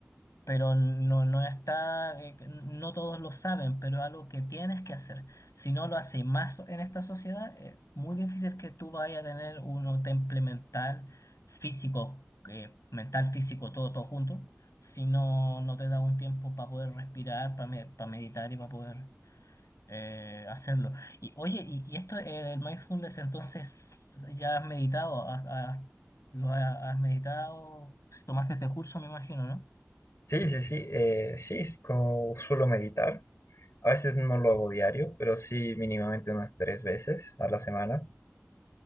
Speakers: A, on the left (about 85°); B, on the left (about 60°).
A: pero no, no está, eh, no todos lo saben, pero es algo que tienes que hacer. Si no lo haces más en esta sociedad, es muy difícil que tú vayas a tener un temple mental, físico, eh, mental, físico, todo, todo junto, si no, no te da un tiempo para poder respirar, para meditar y para poder eh, hacerlo. Y oye, y, y esto eh, el mindfulness, entonces, ¿ya has meditado? ¿Has, has- lo has, has meditado? Si Tomaste este curso, me imagino, ¿no?
B: Sí, sí, sí, eh, sí, es como suelo meditar. A veces no lo hago diario, pero sí mínimamente unas tres veces a la semana.